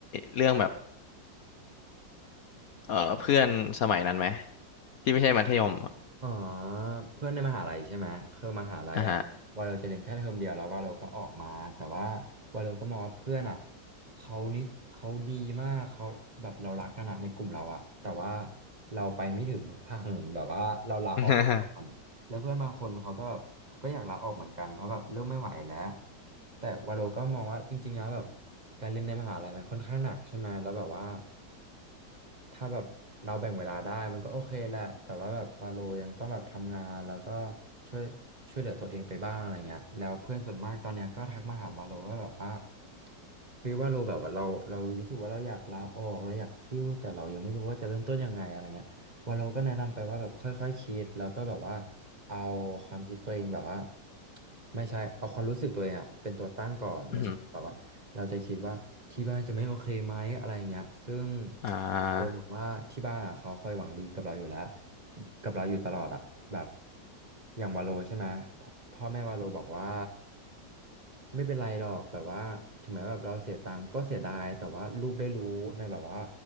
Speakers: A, on the left; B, on the right.
A: เรื่องแบบเออเพื่อนสมัยนั้นไหมที่ไม่ใช่มัธยมอะ
B: อ๋อเพื่อนในมหาลัยใช่ไหมคือมหาลัยอะว่าเราจะเรียนแค่เทอมเดียวแล้วว่าเราก็ออกมาแต่ว่า
A: อ่ะฮะ
B: ว่าเราก็มองว่าเพื่อนอะเขานิสเขาดีมากเขาแบบเรารักกันอะในกลุ่มเราอะแต่ว่าเราไปไม่ถึงฝั่งแบบว่าเราลาออกก่อนแล้วเพื่อนบางคนเขาก็แบบเขาก็อยากลาออกเหมือนกันเพราะแบบเริ่มไม่ไหวแล้ว
A: <laughs>
B: แต่ว่าเราก็มองว่าจริงๆนะแบบ การเรียนในมหาลัยมันค่อนข้างหนักใช่ไหมแล้วแบบว่าถ้าแบบเราแบ่งเวลาได้มันก็โอเคแหละแต่ว่าแบบวาโลยังต้องแบบทำงานแล้วก็ช่วยช่วยเหลือตัวเองไปบ้างอะไรเงี้ยแล้วเพื่อนส่วนมากตอนเนี้ยก็ทักมาถามวาโลว่าแบบว่าเฮ้ยวาโลแบบว่าเราเรารู้สึกว่าเราอยากลาออกเราอยากซิ่วแต่เรายังไม่รู้ว่าจะเริ่มต้นยังไงอะไรเงี้ย วาโลก็แนะนำไปว่าแบบค่อยๆคิดแล้วก็แบบว่าเอาความคิดตัวเองแบบว่าไม่ใช่เอาความรู้สึกตัวเองอะเป็นตัวตั้งก่อนไม่ใช่แบบว่าเราจะคิดว่าที่บ้านจะไม่โอเคไหมอะไรอย่างเงี้ยซึ่ง
A: อืมอ่า
B: เรามองว่าที่บ้านอะเขาคอยหวังดีกับเราอยู่แล้วกับเราอยู่ตลอดอะแบบอย่างวาโลใช่ไหมพพ่อแม่วาโลบอกว่าไม่เป็นไรหรอกแบบว่าถึงแม้แบบเราเสียตังค์ก็เสียดายแต่ว่าลูกได้รู้ในแบบว่า